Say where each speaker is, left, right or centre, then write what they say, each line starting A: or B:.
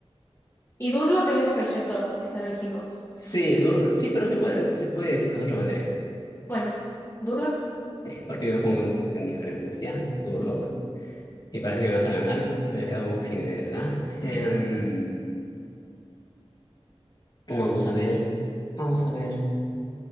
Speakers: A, on the left; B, on the left.
A: Y Durlock es lo mismo que el yeso, que ya lo dijimos.
B: sí, duro, sí, pero se puede, se puede decir que es otra materia.
A: Bueno, Durlock.
B: Sí, porque yo lo pongo en, en diferentes, ¿ya? Durlock.
A: Mm.
B: Y parece que me vas a ganar, porque me quedo sin ideas, ¿ah? Em, vamos a ver, vamos a ver.